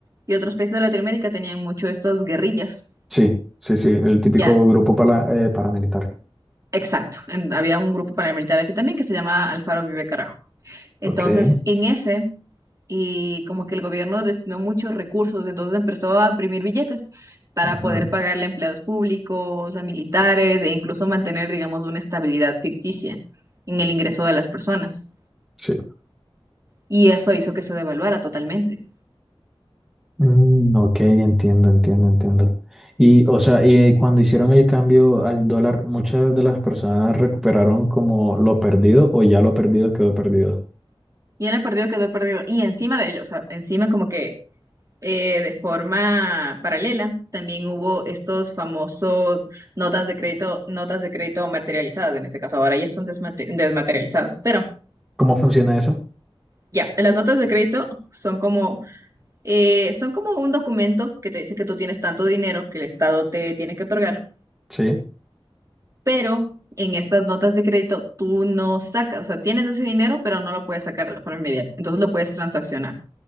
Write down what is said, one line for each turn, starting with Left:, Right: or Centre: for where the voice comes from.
Right: y otros países de Latinoamérica tenían mucho estas guerrillas.
Centre: Sí, sí, sí, el típico
Right: Ya,
Centre: grupo para, eh, paramilitar.
Right: exacto. En- había un grupo paramilitar aquí también que se llama Alfaro Vive Carajo. Entonces,
Centre: Ok.
Right: en ese, y como que el gobierno destinó muchos recursos, entonces empezó a imprimir billetes para
Centre: Ajá,
Right: poder pagarle a empleados públicos, a militares e incluso mantener, digamos, una estabilidad ficticia en el ingreso de las personas.
Centre: sí.
Right: Y eso hizo que se devaluara totalmente.
Centre: Mm, ok, entiendo, entiendo, entiendo. Y, o sea, y eh, cuando hicieron el cambio al dólar, ¿muchas de las personas recuperaron como lo perdido o ya lo perdido quedó perdido?
Right: Y él ha perdido, quedó perdido. Y encima de ello, o sea, encima como que eh, de forma paralela, también hubo estos famosos notas de crédito, notas de crédito materializadas, en este caso ahora ya son desmate- desmaterializadas, pero
Centre: ¿Cómo funciona eso?
Right: Ya, las notas de crédito son como, eh, son como un documento que te dice que tú tienes tanto dinero que el Estado te tiene que otorgar,
Centre: Sí,
Right: pero en estas notas de crédito tú no sacas, o sea, tienes ese dinero, pero no lo puedes sacar de forma inmediata, entonces lo puedes transaccionar.